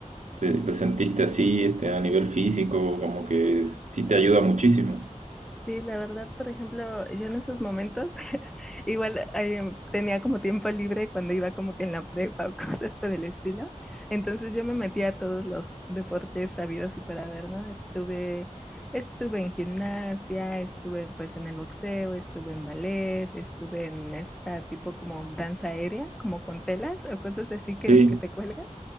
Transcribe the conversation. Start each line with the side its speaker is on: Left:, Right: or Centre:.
Right: te- lo sentiste así, este, a nivel físico, como que sí te ayuda muchísimo.
Centre: Sí, la verdad, por ejemplo, yo en esos momentos <laughs> igual eh, tenía como tiempo libre cuando iba como que en la prepa o <laughs> cosas por el estilo. Entonces yo me metía a todos los deportes sabidos y por haber, ¿no? Estuve, estuve en gimnasia, estuve pues en el boxeo, estuve en ballet, estuve en esta tipo como danza aérea, como con telas o cosas así que,
Right: Sí,
Centre: que te cuelgas.